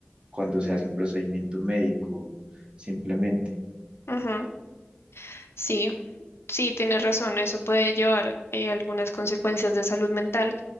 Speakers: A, on the right (about 25°); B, on the left (about 70°).
A: cuando se hace un procedimiento médico, simplemente.
B: ujú, Sí, sí, tienes razón, eso puede llevar eh, algunas consecuencias de salud mental,